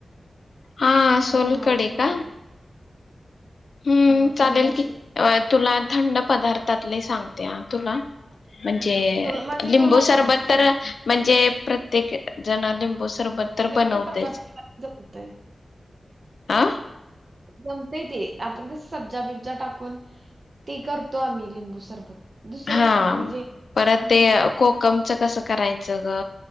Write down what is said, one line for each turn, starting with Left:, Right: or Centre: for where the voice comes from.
Left: हा
Right: मला
Left: सोलकडी
Right: बनवायची होती
Left: का? हम्म
Right: अ
Left: चालेल
Right: थंड अशी
Left: की, तुला थंड पदार्थ त्यातले सांगते हा तुला. म्हणजे,
Right: हां तुला म्हणजे
Left: लिंबू
Right: तुला करता
Left: सरबत तर
Right: येते
Left: म्हणजे प्रत्येक ज्याना लिंबू सरबत
Right: का?
Left: तर
Right: लिंबू
Left: बनवतेच.
Right: सरबत आपल्याला जमतंय.
Left: आं.
Right: जमतय ते, आपण कस सब्जा बिब्जा टाकून ते करतो आम्ही लिंबू सरबत. दुसरं
Left: हां
Right: सांग म्हणजे
Left: परत
Right: अं
Left: ते कोकम च कसं करायचं ग,